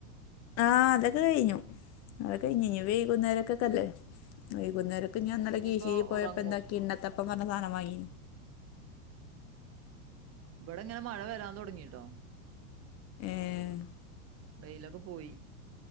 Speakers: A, on the left; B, on the right.
A: ആഹ് അതൊക്കെ കഴിഞ്ഞു അത്
B: ഉം
A: കഴിഞ് ഇഞ്ഞ്
B: ഉം
A: വൈകുന്നേരക്കക്കെല്ലേ വൈകുന്നേരം അപ്പം ഞാൻ ഇന്നലെ
B: ഇനിയിപ്പോ
A: കീശേരി പോയപ്പോ
B: ഉറങ്ങും
A: എന്താക്കി കിണ്ണത്തപ്പം പറഞ്ഞ സാധനം വാങ്ങി
B: ഇവിടെ ഇങ്ങനെ മഴ വരാൻ തുടങ്ങിട്ടോ
A: ഏഹ്
B: വെയിലൊക്ക പോയി